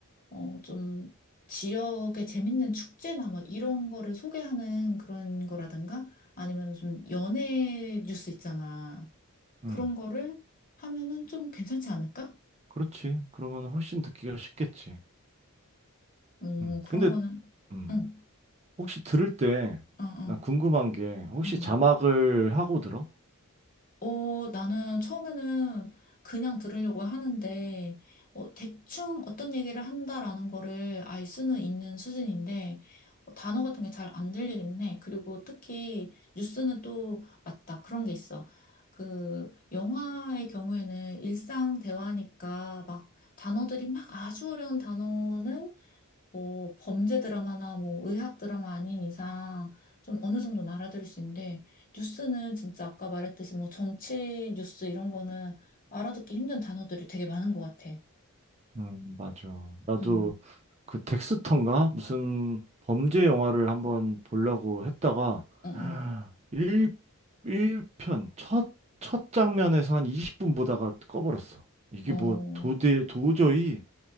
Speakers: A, on the left; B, on the right.
A: 어, 좀 지역의 재밌는 축제나 뭐 이런 거를 소개하는 그런 거라든가 아니면 좀 연예 뉴스 있잖아.
B: 음.
A: 그런 거를 하면은 좀 괜찮지 않을까?
B: 그렇지. 그러면 훨씬 듣기가 쉽겠지.
A: 어,
B: 음,
A: 그런
B: 근데,
A: 거는,
B: 음.
A: 응,
B: 혹시 들을 때,
A: 어, 어,
B: 나 궁금한 게, 혹시
A: 어.
B: 자막을 하고 들어?
A: 어, 나는 처음에는 그냥 들으려고 하는데, 어, 대충 어떤 얘기를 한다라는 거를 알 수는 있는 수준인데, 어, 단어 같은 게 잘 안 들리긴 해. 그리고 특히 뉴스는 또 맞다. 그런 게 있어. 그, 영화의 경우에는 일상 대화니까 막 단어들이 막 아주 어려운 단어는 뭐 범죄 드라마나 뭐 의학 드라마 아닌 이상 좀 어느 정도 는 알아들을 수 있는데 뉴스는 진짜 아까 말했듯이 뭐 정치 뉴스 이런 거는 알아듣기 힘든 단어들이 되게 많은 것 같아.
B: 음, 맞아. 나도
A: 음,
B: 그 덱스터인가? 무슨 범죄 영화를 한번 보려고 했다가,
A: 음, 음.
B: 1, 일편 첫, 첫 장면에서 한 20분 보다가 꺼버렸어. 이게
A: 어,
B: 뭐 도대, 도저히,